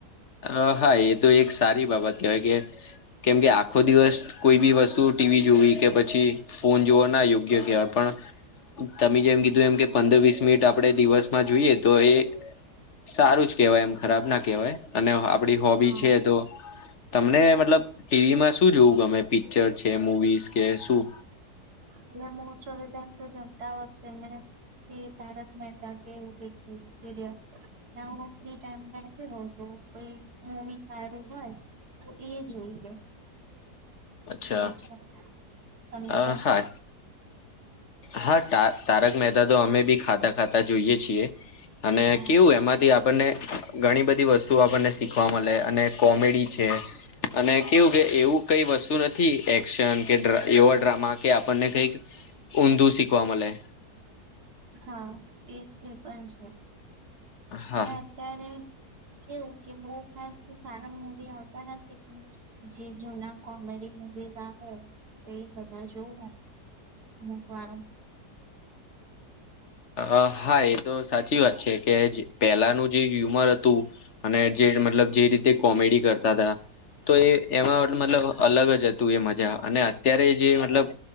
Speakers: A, on the left; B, on the right.
A: અ હા એ તો એક સારી બાબત કેવાય કે કેમકે આખો દિવસ કોઈ બી વસ્તુ ટી વી જોવી કે પછી ફોન જોવો ના યોગ્ય કેવાય પણ તમે જેમ કીધું એમ કે પંદર વીસ મિનિટ આપણે દિવસમાં જોઈએ તો એ સારું જ કેવાય એમ ખરાબ ના કહેવાય અને આપડી હોબી
B: હા
A: છે તો તમને મતલબ ટી વીમાં શું જોવું ગમે પિક્ચર છે મુવીસ કે શું
B: એટલે મોસ્ટ ઓફ <unintelligible> તો જમતા વખતે મેં કે તારક મહેતા કે એવું કંઈક જોઈ સિરિયલ ના હું ફ્રી ટાઈમ બેઠી રઉ છું કોઈ મુવી સારી હોય તો એ જોઈએ
A: અચ્છા
B: એવું છે તમને
A: અ
B: ગમ
A: હા હા ટા તારક મહેતા તો અમે બી ખાતા ખાતા જોઈએ છીએ અને
B: હા
A: કેવું એમાંથી આપ અને ઘણી બધી વસ્તુઓ આપણને શીખવા મળે અને કોમેડી છે અને કેવું કે એવું કઈ વસ્ તુ નથી એક્શન કે ડ્ર એવા ડ્રામા કે આપણને કઈક ઊંધું શીખવા મલે
B: હા એ <unintelligible> પણ છે
A: હા
B: અને અત્યારે કેવું કે બઉ ખાસ તો સારા મુવી આવતા નથી જે જૂના કોમેડી સ આવે તે જ બધા જોઉ અમુક વાર ઉં
A: અ હા એ તો સાચી વાત છે કે જ પેલાનું જે હ્યુમર હતું અને જેન મતલબ જે રીતે કોમેડી કરતા તા તો એ એમાં મતલબ અલગ જ હતું એ મજા અને અત્યારે જે મતલબ